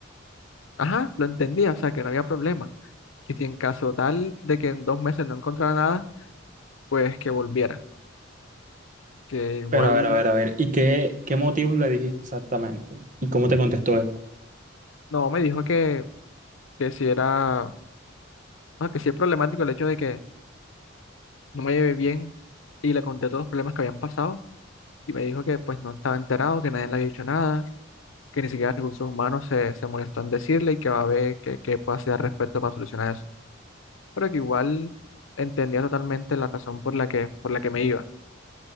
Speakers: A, on the left (about 75°); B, on the right (about 40°).
A: ajá, lo entendía, o sea, que no había problema. Que si en caso tal de que en dos meses no encontrara nada, pues que volviera. Que igual,
B: Pero a ver, a ver, a ver, ¿y qué, qué motivos le dijiste exactamente? ¿Y cómo te contestó él?
A: no, me dijo que, que si era, no, que si es problemático el hecho de que no me llevé bien y le conté todos los problemas que habían pasado y me dijo que pues no estaba enterado, que nadie le había dicho nada que ni siquiera recursos humanos se, se molestó en decirle y que va a ver qué qué puede hacer al respecto para solucionar eso. Pero que igual entendía totalmente la razón por la que, por la que me iba,